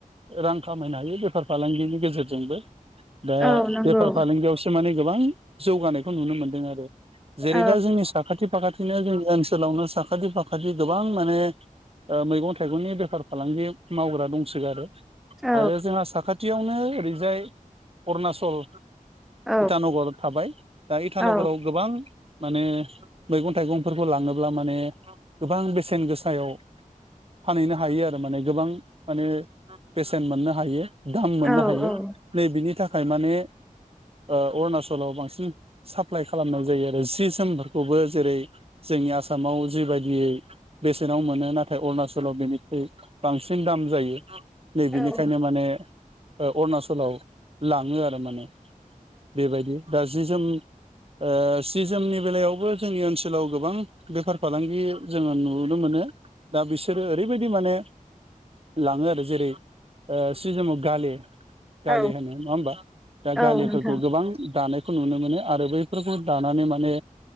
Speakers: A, on the right; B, in the centre.
A: रां खामायनो हायो बेफार फालांगिनि गेजेरजोंबो दा
B: औ नंगौ
A: बेफार फालांगियावसो माने गोबां जौगानाय खौ नुनो मोनदों आरो जेरै
B: औ
A: दा जोंनि साखाथि फाखाथिनो जोंनि ओनसोलावनो साखाथि फाखाथि गोबां माने ओ मैगं थाइगंनि बेफार फालांगि मावग्रा दंसोगारो
B: औ
A: आरो जोंहा साखाथियावनो ओरैजाय अरुणाचल
B: औ
A: इटानगर थाबाय दा इटानगराव
B: औ
A: गोबां माने मैगं थाइगंफोरखौ लाङोब्ला माने गोबां बेसेन गोसायाव फानहैनो हायो आरो माने गोबां माने बेसेन मोननो हायो दाम मोननो
B: औ
A: हायो नै बिनि थाखाय माने ओ अरुणाचलाव बांसिन साप्लाइ खालामनाय जायो आरो जि जोमफोरखौबो जेरै जोंनि आसामाव जिबायदियै बेसेनाव मोनो नाथाय अरुणाचलाव बेनिख्रुइ बांसिन दाम जायो। नै बिनिखायनो
B: औ
A: माने अरुणाचलाव लाङो आरो माने। बेबायदि दा जि जोम ओ सि जोमनि बेलायावबो जोंनि ओनसोलाव गोबां बेफार फालांगि जोङो नुनो मोनो मोनो दा बिसोरो ओरैबायदि माने लाङो आरो जेरै ओ सि जोम आव गाले गाले
B: औ
A: होनो नङा होमबा दा
B: औ
A: गालिफोरखौ
B: नोंथां
A: गोबां दानायखौ नुनो मोनो। आरो बैफोरखौ दानानै माने